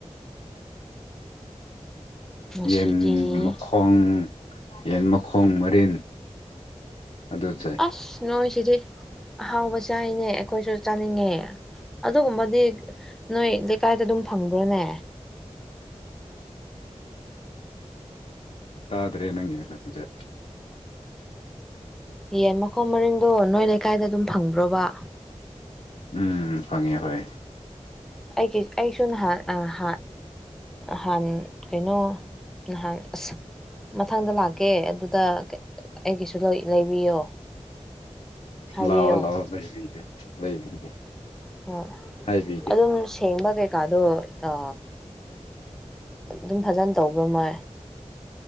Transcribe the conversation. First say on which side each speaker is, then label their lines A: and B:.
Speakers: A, in the centre; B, on the left (about 65°).
A: ꯉꯁꯤꯗꯤ
B: ꯌꯦꯟ ꯃꯈꯣꯡ ꯌꯦꯟ ꯃꯈꯣꯡ ꯃꯔꯤꯟ ꯑꯗꯨ ꯆꯥꯏ
A: ꯑꯁ ꯅꯣꯏꯁꯤꯗꯤ ꯑꯍꯥꯎꯕ ꯆꯥꯏꯅꯦ ꯑꯩꯈꯣꯏꯁꯨ ꯆꯥꯅꯤꯡꯉꯦ ꯑꯗꯨꯒꯨꯝꯕꯗꯤ ꯅꯣꯏ ꯂꯩꯀꯥꯏꯗ ꯑꯗꯨꯝ ꯐꯪꯕ꯭ꯔꯣꯅꯦ
B: ꯇꯥꯗ꯭ꯔꯦ ꯅꯪꯒꯤ ꯅꯈꯣꯟꯖꯦ
A: ꯌꯦꯟ ꯃꯈꯣꯡ ꯃꯔꯤꯡꯗꯣ ꯅꯣꯏ ꯂꯩꯀꯥꯏꯗ ꯑꯗꯨꯝ ꯐꯪꯕ꯭ꯔꯣꯕ
B: ꯎꯝ ꯐꯪꯉꯦ ꯍꯣꯏ
A: ꯑꯩꯒꯤ ꯑꯩꯁꯨ ꯅꯍꯥꯟ ꯍꯥꯟ ꯀꯩꯅꯣ ꯅꯍꯥꯟ ꯑꯁ ꯃꯊꯪꯗ ꯂꯥꯛꯀꯦ ꯑꯗꯨꯗ ꯑꯩꯒꯤꯁꯨ ꯂꯩꯕꯤꯌꯣ ꯍꯥꯏꯕꯤꯌꯣ
B: ꯂꯥꯛꯑꯣ ꯂꯥꯛꯑꯣ ꯂꯩꯕꯥꯒꯦ ꯂꯩꯕꯤꯒꯦ
A: ꯍꯣꯏ
B: ꯍꯥꯏꯕꯤꯒꯦ
A: ꯑꯗꯨꯝꯅ ꯁꯦꯡꯕ ꯀꯩꯀꯥꯗꯣ ꯑ ꯑꯗꯨꯝ ꯐꯖꯅ ꯇꯧꯕ꯭ꯔꯥ ꯃꯣꯏ